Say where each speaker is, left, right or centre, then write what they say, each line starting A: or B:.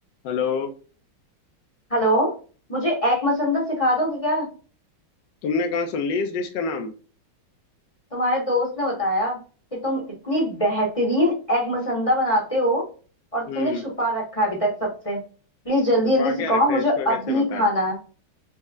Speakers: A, on the left; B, on the left.
A: हेलो
B: Hello मुझे egg मसंदत सिखा दोगे क्या
A: तुमने कहाँ सुन ली इस डिश का नाम
B: तुम्हारे दोस्त ने बताया कि तुम इतनी बेहतरीन एग मसंदा बनाते हो और
A: हम्म
B: तुमने छुपा रखा है अभी तक सबसे प्लीज जल्दी
A: छुपा
B: जल्दी सिखाओ
A: क्या रखा
B: मुझे
A: है इसको
B: अभी
A: कैसे बताएं
B: खाना है